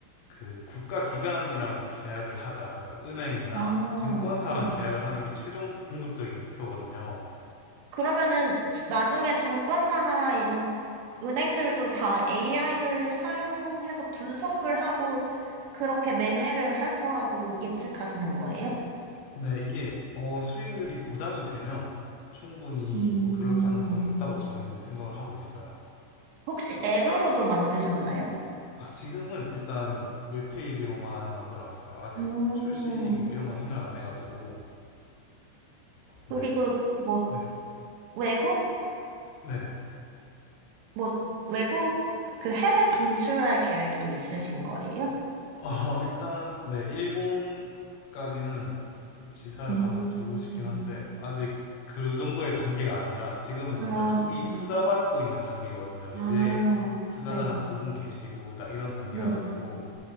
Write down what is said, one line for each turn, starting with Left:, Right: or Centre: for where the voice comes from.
Left: 그 국가 기관이랑 계약을 하자. 그러니까 은행이나
Right: 아,
Left: 증권사랑
Right: 네.
Left: 계약을 하는 게 최종 궁극적인 목표거든요.
Right: 그러면은 나중에 증권사나 이런 은행들도 다 AI를 사용해서 분석을 하고 그렇게 매매를 할 거라고 예측하시는 거예요?
Left: 네, 이게 어, 수익률이 보장이 되면 충분히
Right: 음,
Left: 그럴 가능성이 있다고 저희는 생각을 하고 있어요.
Right: 혹시 앱으로도 만드셨나요?
Left: 아, 지금은 일단 웹페이지로만 만들어 놨어요. 아직
Right: 음,
Left: 출시 뭐 이런 건 생각 안 해가지고. 네,
Right: 그리고 뭐
Left: 네,
Right: 외국
Left: 네네.
Right: 뭐 외국 그 해외 진출할 계획도 있으신 거예요?
Left: 어, 일단, 네, 일본까지는 지사를
Right: 음,
Left: 하나 두고 싶긴
Right: 음.
Left: 한데 아직 그 정도의 단계가 아니라 지금은
Right: 아,
Left: 정말 초기
Right: 그렇죠.
Left: 투자 받고 있는 단계거든요.
Right: 아,
Left: 이제 투자자
Right: 네,
Left: 한 두 분 계시고 딱 이런 단계라
Right: 네,
Left: 가지고